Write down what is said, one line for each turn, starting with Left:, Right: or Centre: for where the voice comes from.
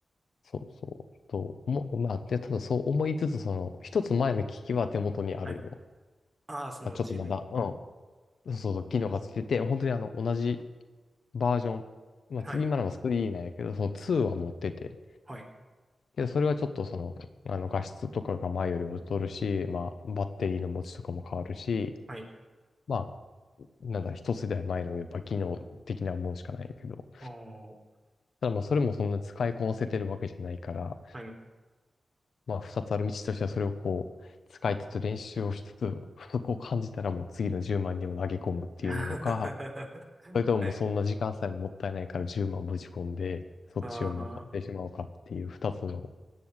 Left: そうそう。と、思う、まあ、で、ただそう思いつつ、その、一つ前の機器は手元にあるんよ。
Right: はい。ああ、その、
Left: まあ、ちょっとまだ、
Right: じん、
Left: うん。そうそうそう、機能がついてて、本当にあの、同じバージョン。まあ、
Right: はい、
Left: 次今のが3なんやけど、その2は持ってて、
Right: はい、
Left: けど、それはちょっとその、あの、画質とかが前より劣るし、まあ、バッテリーの持ちとかも変わるし、
Right: はい、
Left: まあ、なんだ、一世代前のやっぱ機能的なものしかないけど、
Right: ああ、
Left: ただまあ、それもそんな使いこなせてるわけじゃないから、
Right: はい。
Left: まあ、二つある道としてはそれをこう、使いつつ練習をしつつ、不足を感じたらもう次の10万にも投げ込むっていうのか、
Right: <laughs>
Left: それとももうそんな時間さえもったいないから10万ぶち込んで、
Right: はい。
Left: そっちをもう買ってしまおうかっていう二つの、
Right: <laughs> ああ、